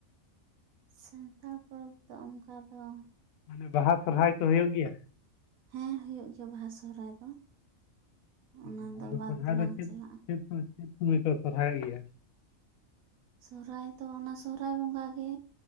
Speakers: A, on the right; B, on the left.
A: ᱥᱟᱱᱛᱟᱲ ᱯᱚᱨᱚᱵᱽ ᱫᱚ ᱚᱱᱠᱟ ᱫᱚ,
B: ᱢᱟᱱᱮ ᱵᱟᱦᱟ ᱥᱚᱨᱦᱟᱭ ᱠᱚ ᱦᱩᱭᱩᱜ ᱜᱮᱭᱟ,
A: ᱦᱮᱸ ᱦᱩᱭᱩᱜ ᱜᱮᱭᱟ ᱵᱟᱦᱟ ᱥᱚᱨᱟᱭ ᱫᱚ
B: ᱚ,
A: ᱚᱱᱟ ᱫᱚ
B: ᱟᱫᱚ
A: ᱵᱟᱫ
B: ᱥᱚᱨᱦᱟᱭ
A: ᱫᱚ ᱵᱟᱝ
B: ᱪᱮᱫ
A: ᱪᱟᱞᱟᱜᱼᱟ,
B: ᱪᱮᱫ ᱥᱚᱢᱚᱭ ᱪᱮᱫ ᱥᱩᱢᱟᱹᱭ ᱠᱚ ᱥᱚᱨᱦᱟᱭᱚᱜ ᱜᱮᱭᱟ,
A: ᱥᱚᱦᱨᱟᱭ ᱫᱚ ᱚᱱᱟ ᱥᱚᱦᱨᱟᱭ ᱵᱚᱸᱜᱟᱜᱮ